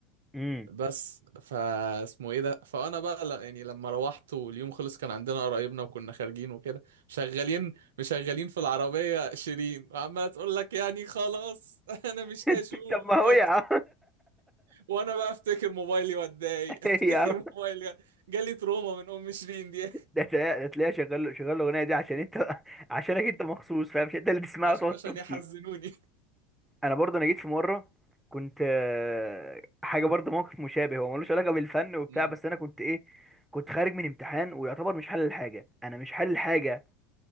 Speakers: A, in the centre; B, on the right.
A: امم
B: بس فاسمه ايه ده فانا بقى ل- يعني لما روحت واليوم خلص كان عندنا قرايبنا وكنا خارجين وكده شغالين مشغلين في العربية شيرين وعمالة تقول لك يعني خلاص <laughs> انا مش هشوفك
A: <laughs> طب ما هو يا عم
B: وانا بقى افتكر موبايلي واتضايق
A: <laughs>
B: <laughs> افتكر
A: يا عم
B: موبايلي جالي تروما من ام شيرين دي <laughs>
A: ده تلاقيها ده تلاقيها شغال شغال الاغنيه دي عشان انت عشانك انت مخصوص فاهم مش انت اللي تسمعها
B: عشان
A: وتقعد
B: عشان
A: تبكي
B: يحزنوني
A: انا برضه انا جيت في مره كنت آه، حاجه برضه موقف مشابه هو ملوش علاقه بالفن وبتاع
B: مم.
A: بس انا كنت ايه كنت خارج من امتحان ويعتبر مش حل الحاجه انا مش حل الحاجه